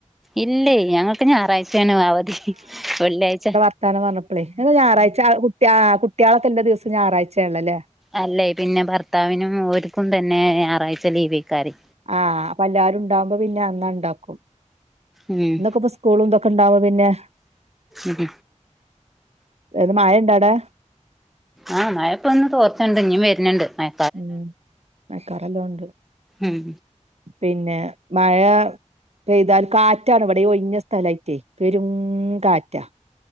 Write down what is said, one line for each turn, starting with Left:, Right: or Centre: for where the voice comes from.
Centre: ഇല്ലേയ് ഞങ്ങക്ക് ഞാറാഴ്ചയാണ് അവധി വെള്ളിഴ്ച
Right: <unintelligible> പ്പളെയ് ക്ക ഞാറാഴ്ചാ അ കുട്ട്യാ കുട്ട്യാളൊക്കെല്ല ദിവസം ഞാറായ്ചേണല്ലൊ ലേ?
Centre: അല്ലെയ് പിന്നെ ഭർത്താവിനും ഓര്ക്കും തന്നെ ഏഹ് ഞാറാഴ്ച ലീവേക്കാരേ.
Right: ആഹ് അപ്പല്ലാരുണ്ടാവുമ്പ പിന്നെ അന്നാ ണ്ടാക്കും.
Centre: ഉം
Right: ഇതൊക്കെപ്പ സ്കൂളും തൊക്ക ണ്ടാവു പിന്നെ.
Centre: ഉം
Right: ത് മഴണ്ടോവടെ?
Centre: ആഹ് മയപ്പൊന്ന് തോർച്ചണ്ട് ഇഞ്ഞ് വര്ണ്ണ്ട് മയ.
Right: ഉം മഴക്കാറ് നല്ലോണ്ട്.
Centre: ഉം.
Right: പിന്നെ മഴ പെയ്താൽ കാറ്റാണിവിടെയ് ഈ ഒയ്ഞ്ഞ സ്ഥലായ്റ്റേ. പെരും കാറ്റ.